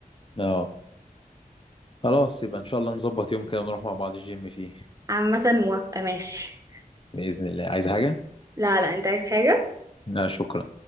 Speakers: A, on the left; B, on the right.
A: اه خلاص يبقى ان شاء الله نظبط يوم كده ونروح مع بعض الجيم فيه
B: عامه موافقه ماشي
A: بإذن الله عايز حاجة؟
B: لا لا انت عايز حاجه
A: لا شكرا